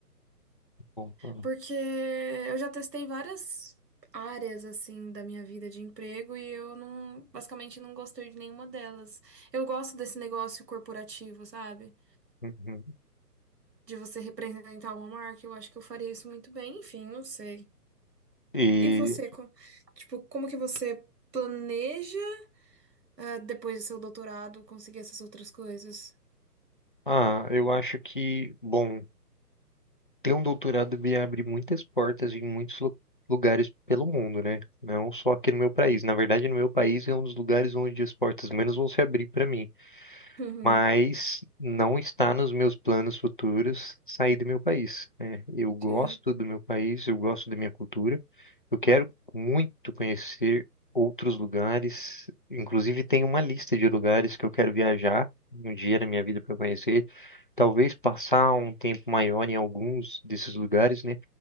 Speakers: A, on the left; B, on the right.
A: Bom plano.
B: Porque eu já testei várias áreas, assim, da minha vida de emprego e eu não, basicamente não gostei de nenhuma delas. Eu gosto desse negócio corporativo, sabe?
A: Uhum.
B: De você representar uma marca, eu acho que eu faria isso muito bem, enfim, não sei.
A: E
B: E você, co- tipo, como que você planeja, ah, depois do seu doutorado, conseguir essas outras coisas?
A: ah, eu acho que, bom, ter um doutorado me abre muitas portas em muitos lu- lugares pelo mundo, né? Não só aqui no meu país. Na verdade, no meu país é um dos lugares onde as portas menos vão se abrir para mim.
B: Uhum.
A: mas não está nos meus planos futuros sair do meu país, né? Eu gosto
B: Sim,
A: do meu país, eu gosto da minha cultura, eu quero muito conhecer outros lugares, inclusive tem uma lista de lugares que eu quero viajar um dia na minha vida para conhecer, talvez passar um tempo maior em alguns desses lugares, né?